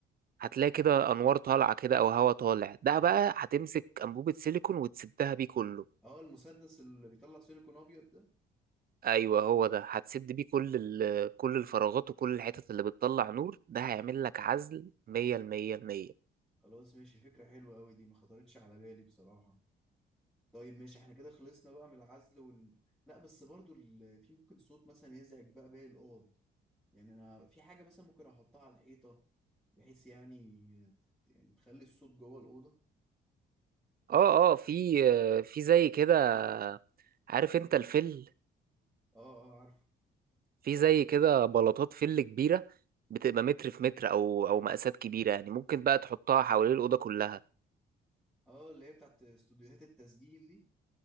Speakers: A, on the right; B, in the centre.
A: هتلاقي كده انوار طالعه كده او هوا طالع ده بقى هتمسك انبوبه سيليكون وتسدها بيه كله
B: اه المسدس اللي بيطلع سيليكون ابيض ده
A: ايوه هو ده هتسد بيه كل ال- كل الفراغات وكل الحتت اللي بتطلع نور ده هيعمل لك عزل 100 المية المية
B: خلاص ماشي فكره حلوه قوي دي ما خطرتش على بالي بصراحه طيب ماشي احنا كده خلصنا بقى من العزل وال لا بس برضو ال... في ممكن صوت مثلا يزعج بقى باقي الاوض يعني انا في حاجه مثلا ممكن احطها على الحيطه بحيث يعني يعني تخلي الصوت جوه الاوضه
A: اه اه في في زي كده عارف انت الفل
B: اه اه عارفه
A: في زي كده بلاطات فل كبيرة بتبقى متر في متر أو أو مقاسات كبيرة يعني ممكن بقى تحطها حوالين الأوضة كلها
B: اه اللي هي بتاعت استوديوهات التسجيل دي